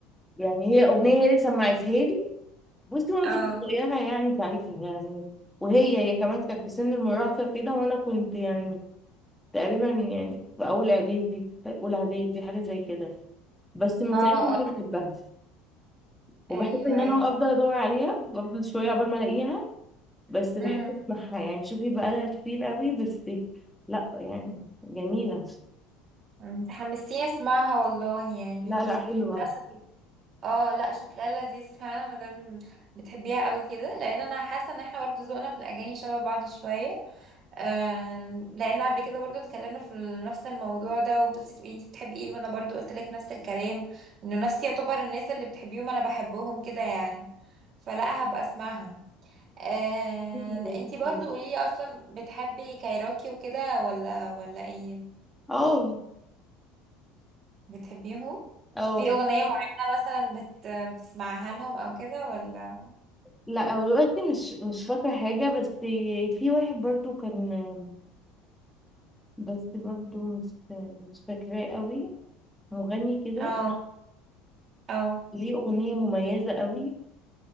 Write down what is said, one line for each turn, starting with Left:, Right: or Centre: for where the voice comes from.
Centre: يعني هي اغنيه هي اللي سمعتها لي بصي وانا
Right: اه
Centre: كنت صغيره يعني ساعتها يعني وهي هي كمان كانت في سن المراهقه كده وانا كنت يعني تقريبا يعني في اول اعدادي في اولى اعدادي حاجه زي كده بس من
Right: اه
Centre: ساعتها انا
Right: اه
Centre: بحبها وبحب
Right: ايوه
Centre: ان انا
Right: ايوه
Centre: افضل ادور عليها بفضل شويه عقبال ما الاقيها بس بحب
Right: امم
Centre: اسمعها يعني شوفي بقى لها كتير قوي بس لا يعني جميله
Right: انت حمستيني اسمعها والله يعني
Centre: لا لا حلوه
Right: لا شكل اه لا شكلها لذيذ فعلا ما دام بتحبيها قوي كده لان انا حاسه ان احنا برضو ذوقنا في الاغاني شبه بعض شويه آه، لان قبل كده برضو اتكلمنا في نفس الموضوع ده وقلت لي انت بتحبي ايه وانا برضو قلت لك نفس الكلام انه نفسي يعتبر الناس اللي بتحبيهم انا بحبهم كده يعني فلا هبقى اسمعها آه،
Centre: حلوة لذيذة.
Right: انت برضو قولي لي اصلا بتحبي كايروكي وكده ولا ولا ايه
Centre: اه
Right: بتحبيهم
Centre: اه
Right: في اغنية معينة مثلا بت بتسمعها لهم او كده ولا
Centre: لا أو دلوقتي مش مش فاكره حاجه بس في واحد برضو كان بس برضو مش مش فاكراه قوي مغني كده
Right: اه اه
Centre: ليه أغنية مميزة قوي